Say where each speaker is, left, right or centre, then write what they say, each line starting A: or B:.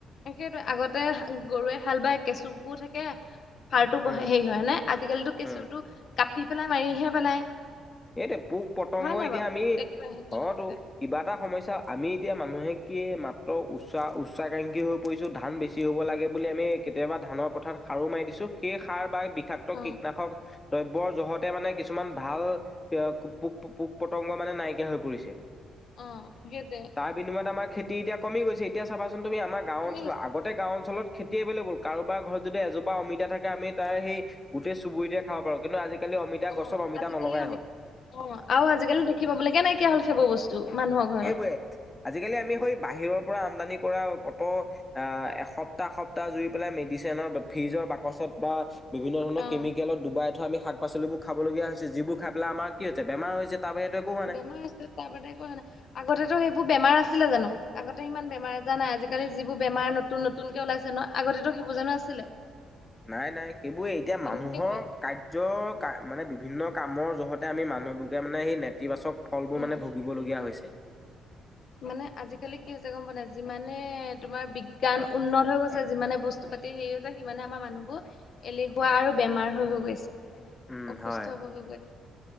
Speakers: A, on the left; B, on the left.
A: সেইটো আগতে গৰুৱে হাল বাই কেঁচুু থাকে। হাৰটো
B: উম
A: ব হেৰি হয় নে? আজি কালিতো কেঁচুটো
B: উম
A: কাটি পেলাই মাৰিহে পেলাই।
B: এইটো পোক পতংগ
A: হয় নাই
B: এতিয়া
A: বাৰু
B: আমি
A: ট্ৰেক্টৰ আহি গ'ল
B: অতো
A: আগে
B: কিবা এটা সমস্যা আমি এতিয়া মান মানুহে কি মাত্ৰ উচ্চ উচ্চাকাংক্ষী হৈ পৰিছোঁ ধান বেছি হ'ব লাগে বুলি, আমি কেতিয়াবা ধানত পথাৰত সাৰো মাৰি দিছো। সেই সাৰ বা বি্ষাক্ত
A: অ
B: কীটনাশক দ্ৰব্যৰ জহতে মানে কিছুমান ভাল পোক পোক পতংগ মানে নাইকিয়া হৈ পৰিছে,
A: অ সেইটোৱে
B: তাৰ বিনিময়ত আমাৰ খেতি এতিয়া কমি গৈছে এতিয়া চাবাচোন তুমি আমাৰ গাঁও
A: কমি
B: অঞ্চল
A: গৈছে
B: আতে গাঁও অঞ্চত খেতি এবলে গ'ল কাৰোবাৰ ঘৰত যদি এজোা অমিতাাকে আমি তাৰ সেই গোটেই চুবুৰীতে খাব পাৰো কিন্তু আজি আজাল অমিতা
A: অ
B: গছত অমিতা
A: আজিকালি
B: নলগাই
A: আমি
B: আহত
A: অ আৰু আজিকালি দেখিাবলগে নাই কি হল সেইবোৰ বস্তু মানুহৰ ঘৰত
B: সেইবোৰে আজিকালি আমি হৈ বাহিৰৰ পৰা আমানি কৰা ক এসপ্তাহ এসপ্তাহ জু পেলাই মেডিচনৰ ফিজৰ বাকচত বা বিভিন্ন ধৰণৰ
A: অ
B: কেমিকেলত ডুবাই থোৱা আমি শাক পাচলিবোৰ খাবলগীয়া হৈছে যিবোৰ খাই পেলাই আমাৰ কি হৈছে বেমাৰ হৈছে তাৰ বাহিৰেতো একো হোৱা নাই।
A: বেমাৰ আ তপে ক ন আগতেতো সবোৰ বেমাৰ আছিলে জানো আগতে ইমান বেমাৰ আজাৰ নাই আজিকালি যিবোৰ বেমাৰ নতুন নতুনকে ওলাইছে ন আগতেো সেইবোৰ জানো আছিলে
B: নাই নাই সেইবোৰে এতিয়া মানুহৰ
A: উম সেইটোৱে
B: কাৰ্যৰ মানে বিভিন্ন কামৰ জহতে আমি মানুহবোৰকে মানে সেই নেতিবাচক ফলবোৰ
A: উম
B: মানে ভুগিবলগীয়া হৈছে
A: মানে আজিকালি কি হৈছে গম প নাই যিমানে তোমাৰ বিজ্ঞান উন্নত হৈ গৈছে যিমানে বস্তু তি সেৰিও যে সিমানেমাৰ মানুহ এলেহুৱা আৰু বেমাৰ হৈ হৈ গৈছে
B: উম
A: অসুস্থ
B: হয়
A: হৈ গৈ